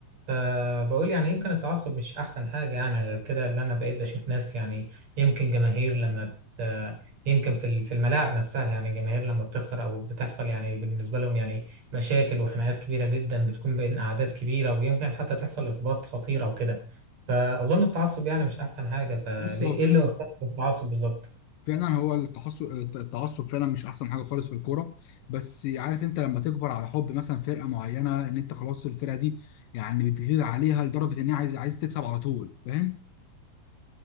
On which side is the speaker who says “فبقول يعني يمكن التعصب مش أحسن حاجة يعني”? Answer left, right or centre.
Right